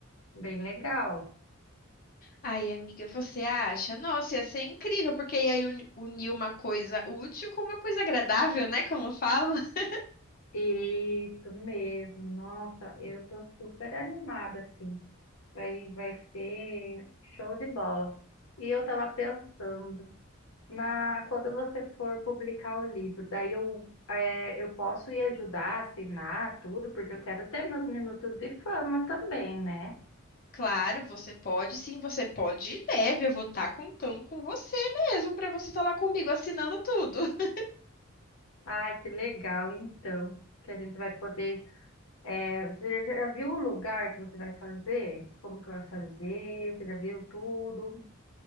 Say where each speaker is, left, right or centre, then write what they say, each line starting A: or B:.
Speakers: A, on the left; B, on the left.
A: Bem legal.
B: Ai, amiga, você acha? Nossa, ia ser incrível, porque ia aí uni- unir uma coisa útil com uma coisa agradável, né? Como falam. <laughs>
A: Isso mesmo, nossa, eu tô super animada, assim, vai, vai ser show de bola. E eu tava pensando, na, quando você for publicar o livro, daí eu, é, eu posso ir ajudar, a assinar tudo, porque eu quero ter meus minutos de fama também, né?
B: Claro, você pode, sim, você pode e deve. Eu vou estar contando com você mesmo para você estar lá comigo assinando tudo. <laughs>
A: Ai, que legal, então, que a gente vai poder, é, você já já viu o lugar que você vai fazer? Como que vai fazer? Você já viu tudo?